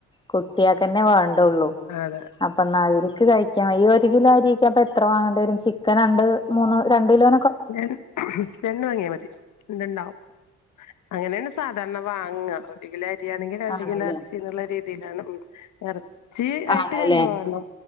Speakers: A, on the left (about 15°); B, on the left (about 75°).
A: കുട്ട്യാക്കന്നെ വേണ്ടൊള്ളൂ
B: അതെ
A: അപ്പന്ന അവര്ക്ക് കഴിക്കാം ഈ ഒരു കിലോ അരിക്കെ അപ്പ എത്ര വാങ്ങണ്ടെ വരും ചിക്കൻ രണ്ട് മൂന്ന് രണ്ട് കിലോ
B: രൻ രണ്ട് വാങ്ങിയാ മതി രണ്ട്ണ്ടാവും. അങ്ങനെണ് സാധാരണ വാങ്ങ ഒരു കിലോ അരിയാണെങ്കി രണ്ട്
A: ആണല്ലേ
B: കിലോ എറച്ചി ന്നുള്ള രീതിയിലാണ്. എറ ച്ചി ആയിട്ട്
A: ആണല്ലേ
B: രണ്ടു വേണം.